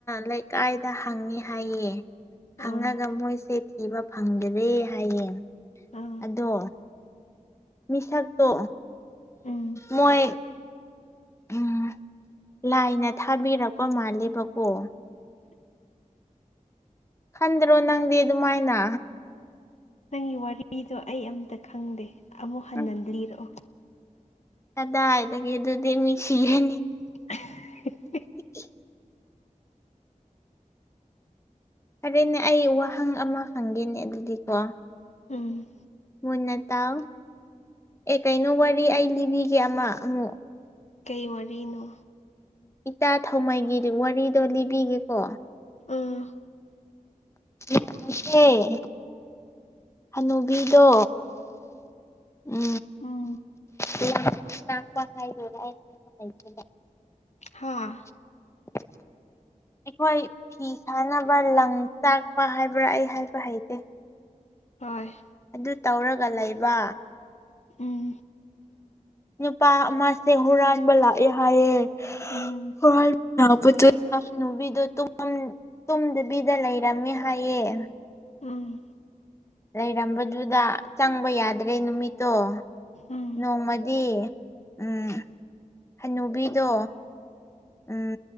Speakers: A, on the left; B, on the left.
A: ꯂꯩꯀꯥꯏꯗ ꯍꯪꯉꯦ ꯍꯥꯏꯌꯦ
B: ꯑꯥ
A: ꯍꯪꯉꯒ ꯃꯣꯏꯁꯦ ꯊꯤꯕ ꯐꯪꯗ꯭ꯔꯦ ꯍꯥꯏꯌꯦ
B: ꯑꯝ
A: ꯑꯗꯣ ꯃꯤꯁꯛꯇꯣ
B: ꯎꯝ
A: ꯃꯣꯏ ꯎꯝ ꯂꯥꯏꯅ ꯊꯥꯕꯤꯔꯛꯄ ꯃꯥꯜꯂꯦꯕꯀꯣ ꯈꯟꯗ꯭ꯔꯣ ꯅꯪꯗꯤ ꯑꯗꯨꯃꯥꯏꯅ
B: ꯅꯪꯒꯤ ꯋꯥꯔꯤꯗꯣ ꯑꯩ ꯑꯝꯇ ꯈꯪꯗꯦ ꯑꯃꯨꯛ ꯍꯟꯅ
A: ꯎꯝ
B: ꯂꯤꯔꯛꯑꯣ
A: ꯀꯗꯥꯏꯗꯒꯤ ꯑꯗꯨꯗꯤ ꯃꯤ ꯁꯤꯔꯅꯤ
B: <unintelligible>
A: <unintelligible> ꯐꯔꯦꯅꯦ ꯑꯩ ꯋꯥꯍꯪ ꯑꯃ ꯍꯪꯒꯦꯅꯦ ꯑꯗꯨꯗꯤꯀꯣ
B: ꯎꯝ
A: ꯃꯨꯟꯅ ꯇꯥꯎ ꯑꯦ ꯀꯩꯅꯣ ꯋꯥꯔꯤ ꯑꯩ ꯂꯤꯕꯤꯒꯦ ꯑꯃ ꯑꯃꯨꯛ
B: ꯀꯩ ꯋꯥꯔꯤꯅꯣ
A: ꯏꯇꯥ ꯊꯧꯃꯥꯏꯒꯤ ꯋꯥꯔꯤꯗꯣ ꯂꯤꯕꯤꯒꯦꯀꯣ
B: ꯎꯝ
A: <unintelligible> ꯍꯅꯨꯕꯤꯗꯣ ꯎꯝ
B: ꯎꯝ
A: <unintelligible>
B: ꯍꯥꯥ
A: <unintelligible> ꯑꯩꯈꯣꯏ ꯐꯤ ꯁꯥꯥꯟꯅꯕ ꯂꯪ ꯆꯥꯛꯄ ꯍꯥꯏꯕ꯭ꯔꯥ ꯑꯩ ꯍꯥꯏꯕ ꯍꯩꯇꯦ
B: ꯍꯣꯏ
A: ꯑꯗꯨ ꯇꯧꯔꯒ ꯂꯩꯕ
B: ꯎꯝ
A: ꯅꯨꯄꯥ ꯑꯃꯁꯦ ꯍꯨꯔꯥꯟꯕ ꯂꯥꯛꯑꯦ ꯍꯥꯏꯌꯦ
B: ꯎꯝ
A: ꯍꯣꯏ ꯍꯣꯏ <unintelligible> ꯇꯨꯝ ꯇꯨꯝꯗꯕꯤꯗ ꯂꯩꯔꯝꯃꯦ ꯍꯥꯏꯌꯦ
B: ꯎꯝ
A: ꯂꯩꯔꯝꯕꯗꯨꯗ ꯆꯪꯕ ꯌꯥꯗ꯭ꯔꯦ ꯅꯨꯃꯤꯠꯇꯣ
B: ꯎꯝ
A: ꯅꯣꯡꯃꯗꯤ ꯎꯝ ꯍꯅꯨꯕꯤꯗꯣ ꯎꯝ